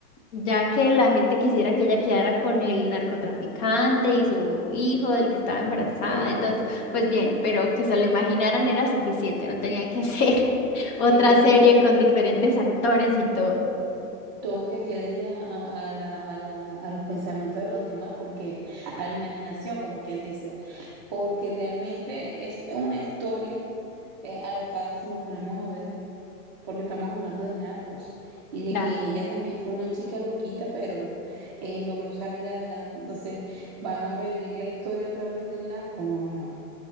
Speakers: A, on the left; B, on the right.
A: ya que la gente quisiera que ella quedara con el narcotraficante y su hijo del que estaba embarazada,
B: Sí,
A: entonces, pues bien, pero que se lo imaginaran era suficiente, no tenía que hacer <laughs>
B: es
A: otra
B: que yo digo,
A: serie con diferentes actores y todo.
B: todo que quede a, a- a la, a la- a los pensamientos de los demás, porque a la imaginación, como quien dice, porque realmente es una historia eh, alocada si nos ponemos a ver, porque estamos hablando de narcos y de
A: Claro,
B: que ella también fue una chica loquita, pero eh, logró salir adelante, entonces van a revivir la historia otra vez del narco, no, no,